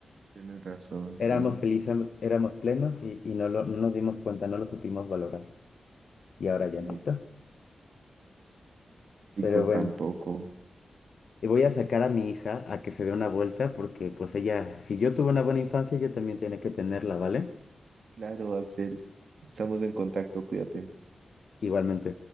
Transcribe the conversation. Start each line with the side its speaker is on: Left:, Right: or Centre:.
Right: Tienes razón,
Left: Éramos
Right: sí.
Left: felices, éramos plenos y, y no, lo, no nos dimos cuenta, no lo supimos valorar. Y ahora ya
Right: Y,
Left: no está.
Right: y
Left: Pero
Right: con
Left: bueno,
Right: tan poco.
Left: y voy a sacar a mi hija a que se dé una vuelta porque pues ella, si yo tuve una buena infancia, ella también tiene que tenerla, ¿vale?
Right: Claro, Axel, estamos en contacto, cuídate.
Left: Igualmente.